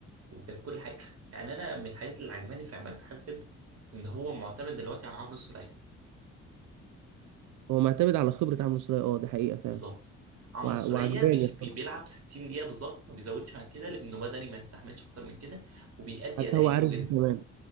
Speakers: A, on the right; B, on the right.
A: وكانت كل حاجه <laughs> يعني انا من الحاجات اللي عجباني في عماد حاس جدا ان هو معتمد دلوقتي على عمرو السوليه
B: هو معتمد على خبرة عمرو سولية اه دي حقيقة فعلا
A: بالظبط عمرو
B: وع-
A: السوليه
B: وعجباني
A: بيش...
B: الخبرة.
A: بي... بيلعب 60 دقيقه بالظبط ما بيزودش عن كده لانه بدني ما يستحملش اكتر من كده وبيأدي
B: حتى
A: اداء
B: هو
A: حلو
B: عارف
A: جدا
B: دي كمان